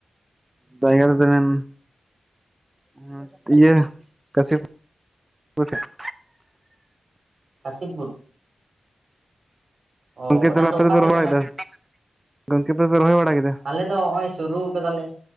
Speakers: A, on the right; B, on the right.
A: ᱫᱟᱜ <unintelligible> <unintelligible> <inaudible>
B: ᱠᱟᱥᱤᱯᱩᱨ᱾ ᱚ
A: ᱜᱚᱝᱠᱮ
B: ᱚᱱᱟ
A: ᱛᱟᱦᱚᱞᱮ
B: ᱫᱚ
A: ᱟᱯᱮ
B: ᱚᱠᱟ
A: ᱫᱚᱯᱮ
B: ᱥᱮᱜ
A: ᱨᱚᱦᱚᱭ
B: ᱠᱟᱱᱟ?
A: ᱠᱮᱫᱟ ᱜᱚᱝᱠᱮ ᱟᱯᱮ ᱯᱮ ᱨᱚᱦᱚᱭ ᱵᱟᱲᱟ ᱠᱮᱫᱟ
B: ᱟᱞᱮ ᱫᱚ ᱦᱚᱸᱜᱼᱚᱭ ᱥᱩᱨᱩ ᱠᱟᱫ ᱟᱞᱮ᱾